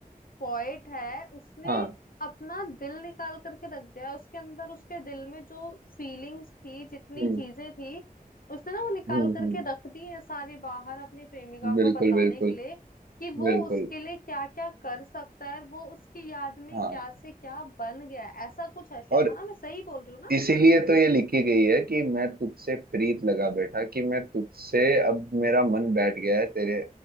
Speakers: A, on the left; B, on the right.
A: पोएट है उसने
B: हाँ
A: अपना दिल निकाल करके रख दिया है। उसके अंदर उसके दिल में जो फीलिंग्स थी जितनी
B: हम्म
A: चीजें थी उसने ना वो निकाल
B: हम्म
A: करके
B: हम्म
A: रख दी है सारी बाहर अपनी प्रेमिका
B: बिल्कुल
A: को बताने
B: बिल्कुल
A: के लिए कि वो
B: बिल्कुल
A: उसके लिए क्या क्या कर सकता है और वो उसकी याद में
B: हाँ
A: क्या से क्या बन गया है ऐसा कुछ है शायद
B: और
A: है ना मैं सही बोल रही हूँ ना
B: इसीलिए तो ये लिखी गई है कि मैं तुझसे प्रीत लगा बैठा कि मैं तुझसे अब मेरा मन बैठ गया है तेरे